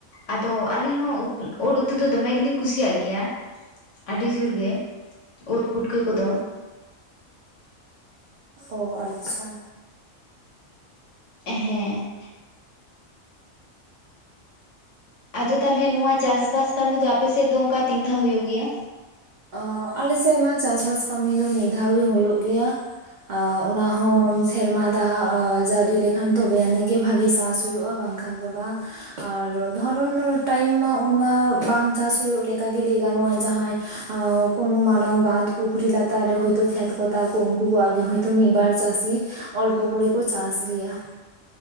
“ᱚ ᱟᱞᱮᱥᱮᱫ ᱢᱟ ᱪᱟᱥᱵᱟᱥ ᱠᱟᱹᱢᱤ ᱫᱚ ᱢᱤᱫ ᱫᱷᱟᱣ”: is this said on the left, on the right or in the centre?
Right